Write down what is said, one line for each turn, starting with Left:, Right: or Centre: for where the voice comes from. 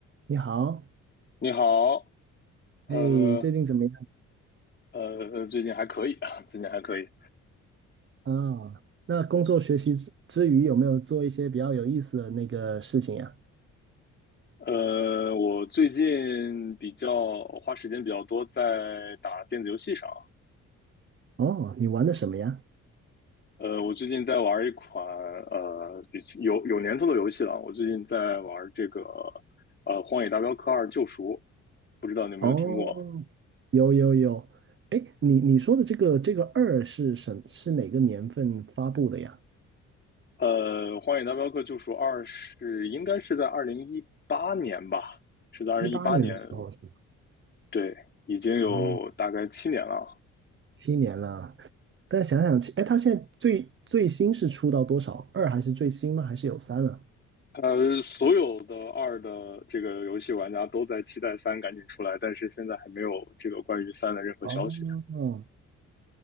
Right: 你好，
Left: 你好，呃
Right: 哎，最近怎么样
Left: 呃，最近还可以啊，<laughs> 最近还可以。
Right: 啊？那工作学习之之余，有没有做一些比较有意思的那个事情呀？
Left: 呃，我最近比较花时间比较多在打电子游戏上。
Right: 哦，你玩的什么呀？
Left: 呃，我最近在玩一款呃比有有年头的游戏了。我最近在玩这个呃《荒野大镖客二：救赎》，不知道你有没有听过？
Right: 哦，有有有，哎，你你说的这个这个二是什是哪个年份发布的呀？
Left: 呃，《荒野大镖客：救赎二》是应该是在二零一八年吧，是在二零一八年，
Right: 一八年的时候是吗？
Left: 对，已经有大概七年了。
Right: 哦，七年了。但想想，哎，它现在最最新是出到多少？二还是最新吗？还是有三了？
Left: 呃，所有的二的这个游戏玩家都在期待三赶紧出来，但是现在还没有这个关于三的任何消息。
Right: 哦，